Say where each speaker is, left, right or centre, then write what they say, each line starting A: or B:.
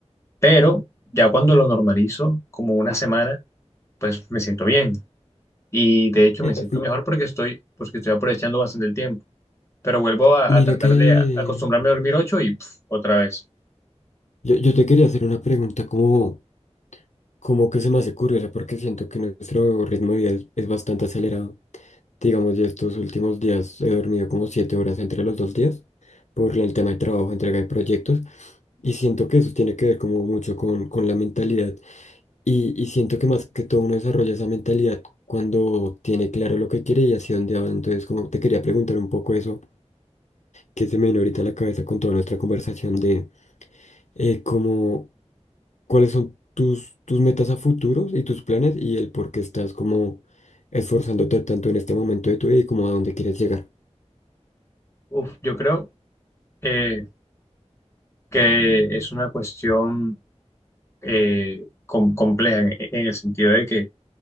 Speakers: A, on the left; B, on the left.
A: pero ya cuando lo normalizo, como una semana, pues me siento bien. Y de hecho
B: Eh,
A: me siento
B: m-
A: mejor porque estoy, porque estoy aprovechando bastante el tiempo. Pero vuelvo a,
B: mira
A: a tratar
B: que...
A: de acostumbrarme a dormir ocho y pf, otra vez.
B: Yo, yo te quería hacer una pregunta como, como que se me hace curiosa porque siento que nuestro ritmo de vida es, es bastante acelerado. Digamos, ya estos últimos días he dormido como siete horas entre los dos días por el tema de trabajo, entrega de proyectos y siento que eso tiene que ver como mucho con, con la mentalidad y, y siento que más que todo uno desarrolla esa mentalidad cuando tiene claro lo que quiere y hacia dónde va. Entonces, como te quería preguntar un poco eso que se me vino ahorita a la cabeza con toda nuestra conversación de eh, cómo, cuáles son tus, tus metas a futuros y tus planes y el por qué estás como esforzándote tanto en este momento de tu vida y como a dónde quieres llegar.
A: Uf, yo creo eh, que es una cuestión eh, com- compleja en, en el sentido de que,